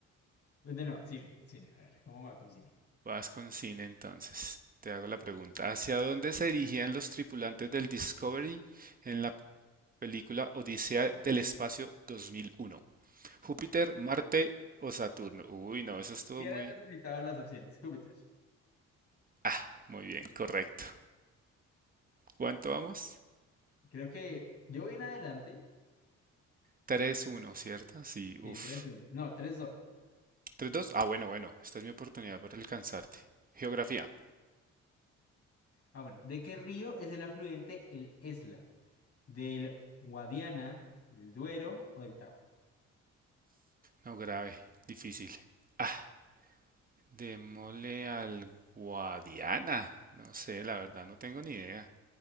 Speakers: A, on the left (about 50°); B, on the right (about 30°).
A: No, no, cine, cine. A ver, ¿cómo va con cine?
B: Vas con cine entonces. Te hago la pregunta. ¿Hacia dónde se dirigían los tripulantes del Discovery en la película Odisea del Espacio 2001? ¿Júpiter, Marte o Saturno? Uy, no, eso estuvo
A: Ya era
B: muy...
A: necesitaba las opciones, <laughs> Júpiter.
B: Ah, muy bien, correcto. ¿Cuánto vamos?
A: Creo que yo voy en adelante.
B: tres uno ¿cierto? Sí,
A: Sí,
B: uff.
A: tres uno. No, tres dos.
B: tres dos Ah, bueno, bueno. Esta es mi oportunidad para alcanzarte. Geografía.
A: Ah, bueno. ¿De qué río es el afluente el Esla? ¿Del Guadiana, del Duero o del Tajo?
B: No grave, difícil. Ah, démosle al Guadiana. No sé, la verdad no tengo ni idea.